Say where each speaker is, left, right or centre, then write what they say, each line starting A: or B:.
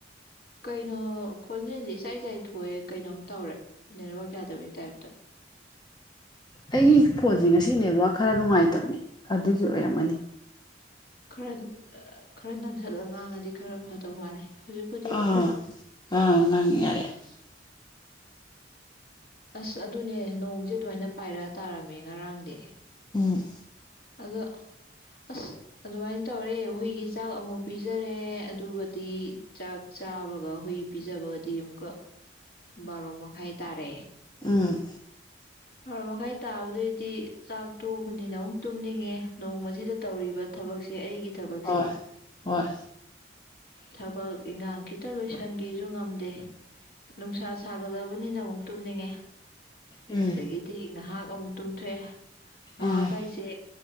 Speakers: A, on the left; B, on the left.
A: ꯀꯩꯅꯣ ꯈꯣꯟꯖꯦꯜꯁꯦ ꯏꯆꯥꯏ ꯆꯥꯏꯊꯣꯛꯑꯦ ꯀꯩꯅꯣꯝ ꯇꯧꯔꯦ ꯅꯦꯠꯋꯛ ꯌꯥꯗꯕꯩ ꯇꯥꯏꯞꯇ꯫
B: ꯑꯩꯒꯤ ꯐꯣꯟꯁꯦ ꯉꯁꯤ ꯅꯦꯠꯋꯥꯛ ꯈꯔ ꯅꯨꯡꯉꯥꯏꯇꯕꯅꯦ ꯑꯗꯨꯒꯤ ꯑꯣꯏꯔꯝꯒꯅꯤ
A: ꯈꯔ ꯈꯔ ꯅꯛꯁꯠꯂ ꯉꯥꯡꯉꯗꯤ ꯈꯔ ꯐꯗꯧ ꯃꯥꯜꯂꯦ ꯍꯧꯖꯤꯛꯄꯨꯗꯤ
B: ꯑꯥ
A: ꯐꯔꯦ
B: ꯑꯥ ꯉꯥꯡꯉꯤ ꯌꯥꯔꯦ <inaudible>
A: ꯑꯁ ꯑꯗꯨꯅꯦ ꯅꯣꯡꯁꯦ ꯑꯗꯨꯃꯥꯏꯅ ꯄꯥꯏꯔꯛꯑꯥ ꯇꯥꯔꯝꯃꯦ ꯉꯔꯥꯡꯗꯤ꯫
B: ꯎꯝ
A: ꯑꯗꯣ ꯑꯁ ꯑꯗꯨꯃꯥꯏꯅ ꯇꯧꯔꯦ ꯍꯨꯏꯒꯤ ꯆꯥꯛ ꯑꯃꯨꯛ ꯄꯤꯖꯔꯦ ꯑꯗꯨꯒꯗꯤ ꯆꯥꯛ ꯆꯥꯕꯒ ꯍꯨꯏ ꯄꯤꯖꯕꯒꯗꯤ ꯑꯃꯨꯛꯀ ꯕꯥꯔꯣ ꯃꯈꯥꯏ ꯇꯥꯔꯦ꯫
B: ꯎꯝ
A: ꯕꯥꯔꯣ ꯃꯈꯥꯏ ꯇꯥꯕꯗꯩꯗꯤ ꯆꯥꯛ ꯇꯣꯛꯑꯕꯅꯤ ꯇꯨꯝꯅꯤꯡꯉꯦ ꯅꯣꯡꯃ ꯑꯁꯤꯗ ꯇꯧꯔꯤꯕ ꯊꯕꯛꯁꯤ ꯑꯩꯒꯤ ꯊꯕꯛꯁꯦ
B: ꯍꯣꯏ ꯍꯣꯏ
A: ꯊꯕꯛ ꯏꯟꯈꯥꯡ ꯈꯤꯇ ꯂꯣꯏꯁꯟꯒꯦꯁꯨ ꯉꯝꯗꯦ ꯅꯨꯡꯁꯥ ꯁꯥꯒꯠꯂꯕꯅꯤꯅ ꯑꯃꯨꯛ ꯇꯨꯝꯅꯤꯡꯉꯦ
B: ꯎꯝ
A: ꯑꯗꯒꯤꯗꯤ ꯉꯥꯏꯍꯥꯛ ꯑꯃꯨꯛ ꯇꯨꯝꯊꯣꯛꯑꯦ꯫ ꯉꯥꯏꯍꯛ
B: ꯑꯥ
A: ꯍꯥꯏꯁꯦ꯫